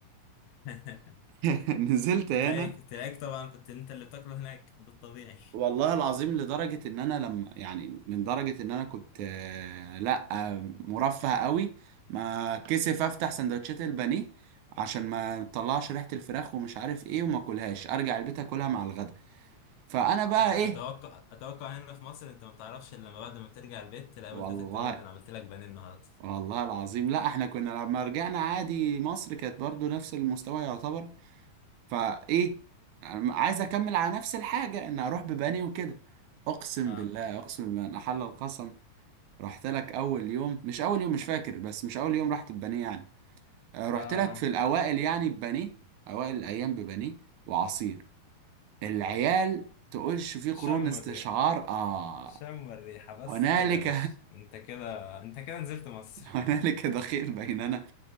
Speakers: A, on the left; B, on the right.
A: <laughs>
B: <laughs> نزلت هنا
A: تلاقيك تلاقيك طبعا كنت أنت اللي بتاكله هناك بالطبيعي
B: والله العظيم لدرجة ان انا لما يعني من درجة ان انا كنت آه، لا آه، مرفه قوي ما كسف افتح سندوتشات البانيه عشان ما تطلعش ريحة الفراخ ومش عارف ايه وما اكلهاش ارجع البيت اكلها مع الغدا فانا بقى
A: اتوقع
B: ايه
A: اتوقع هنا في مصر انت ما بتعرفش الا لما بعد ما ترجع البيت تلاقي
B: والله
A: والدتك تقول لك ده انا عملت لك بانيه النهارده
B: والله العظيم لا احنا كنا لما رجعنا عادي مصر كانت برضو نفس المستوى يعتبر فايه عايز اكمل على نفس الحاجة ان اروح ببانيه وكده اقسم
A: اه
B: بالله اقسم بالله ان احل القسم رحت لك اول يوم مش اول يوم مش فاكر بس مش اول يوم رحت ببانيه يعني آه، رحت
A: اه
B: لك
A: اه
B: في الاوائل يعني ببانيه اوائل الايام ببانيه وعصير العيال تقولش في قرون
A: شم
B: استشعار
A: الريحه
B: اه
A: شم الريحه بس
B: هنالك
A: كده يا باشا انت كده انت كده نزلت مصر
B: <laughs> هنالك
A: <laughs>
B: دخيل بيننا